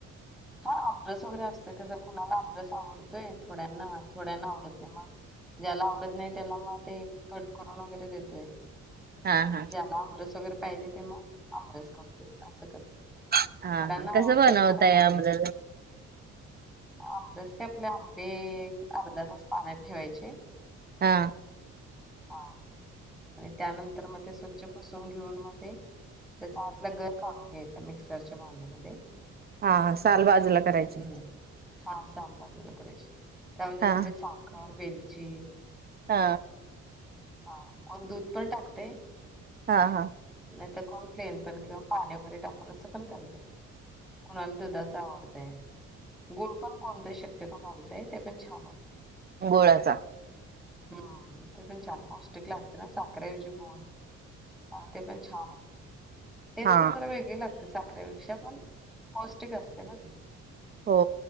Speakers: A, in the centre; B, on the right.
A: हा आमबरस वगैरे असतोय कस कुणाला आमबरस आवडतोय थोड्यांना थोड्यांना आवडत नाही मग ज्याला आवडत नाही त्याला मग ते कट करून वगैरे देतोय
B: हा
A: <inaudible>
B: हा
A: वगैरे पाहिजे तेव्हा आमरस करते असं
B: हा
A: थोड्यांना
B: हा कसं
A: आवडतंय
B: बनवताय
A: थोड्यांना
B: आनी
A: नाही आमरस काय आपले आंबे अर्धा <inaudible> पाण्यात ठेवायचे.
B: हा
A: हा त्यानंतर मग ते स्वच्छ पुसून घेऊन मग ते त्याचा आतला गर काढून घ्यायचा मिक्सरच्या भांड्यामध्ये
B: हा आ <inaudible> बाजूला करायची.
A: हम्म हा <inaudible> त्यामध्ये
B: हा
A: थोडी साखर, वेल छी
B: हा
A: <unintelligible> दूध पण टाकतय
B: हा हा
A: नाही तर कॉम्प्लेन पण किंवा पाणी वगैरे टाकून असं पण करता येईल. कोणाला दुधाच काय आवडतंय. गुळ पण कोणतरी शक्यता घालतंय ते पण छान होतंय.
B: गोळ्याचा
A: हम्म ते पण छान पौष्टिक लागत ना साखरेऐवजी गोड हा ते पण छान होतंय टेस्ट
B: हा
A: जरा वेगळी लागते साखरेपेक्षा प पौष्टिक अस ते ना ते
B: हो